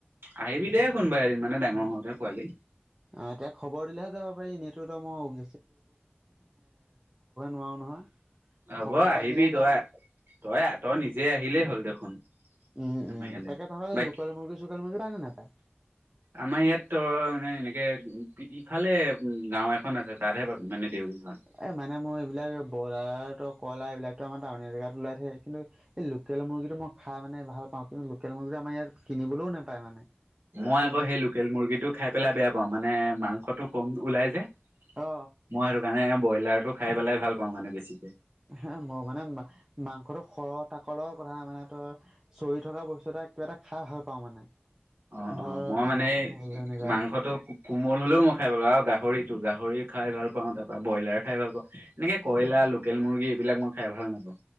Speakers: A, on the right; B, on the right.
A: আহিবি দেই কোনোবা এদিন। মানে ডাঙৰ
B: অ'
A: হওঁতে পোৱালি
B: এতিয়া খবৰ দিলেহে যাব পাৰি। <unintelligible> <unintelligible> খাবগৈ নোৱাৰোঁ নহয়।
A: হ'ব
B: খবৰ এটা
A: আহিবি
B: দিলেহে
A: তই
B: যাম
A: তই তই নিজে আহিলেই হ'ল দেখোন।
B: উম
A: আমাৰ
B: উম
A: ইয়ালে
B: তাকে তহঁতৰ
A: বাকী
B: এই লোকেল মুৰ্গী চোকেল মুৰ্গী পায় নে নাপায়?
A: আমাৰ ইয়াত তই মানে এনেকে ইফালে গাও এখন আছে তাতহে পাবি। মানে দেউৰী গাঁৱত
B: এ মানে মই এইবিলাক। ব্ৰইলাৰটো কইলাৰ এইবিলাকতো আমাৰ টাউনীয়া জেগাত ওলাই থাকে কিন্তু এই লোকেল মুৰ্গীটো মই খাই মানে ভাল অ', কিন্তু লোকেল মূগী আমাৰ ইয়াত কিনিবলৈও নাপায় মানে
A: মই
B: কিন্তু
A: আকৌ সেই লোকেল মুৰ্গীটো খাই পেলাই বেয়া পাওঁ মানে মাংসটো কম ওলাই যে
B: অ
A: মই সেইটো কাৰণে ব্ৰইলাৰটো খাই পেলাই ভাল পাওঁ মানে বেছি।
B: হ মোৰ মানে মাংসটো খৰহ তাকলৰ কথা মানে তই চৰি থকা বস্তু কিবা এটা খাই ভাল পাওঁ মানে
A: অ',
B: ধৰ
A: অ', মই
B: মাংসখিনি
A: মানে
B: হেৰি হৈ নাযায়
A: মাংসটো কোমল হলেও মই খাই পালো আৰু গাহৰিটো গাহৰি খাই ভাল পাওঁ তাৰ পৰাৰা ব্ৰইলাৰ খাই ভাল পাওঁ এনেকে কইলাৰ লোকেল মুৰ্গী এইবিলাক মই খাই ভাল নাপাওঁ।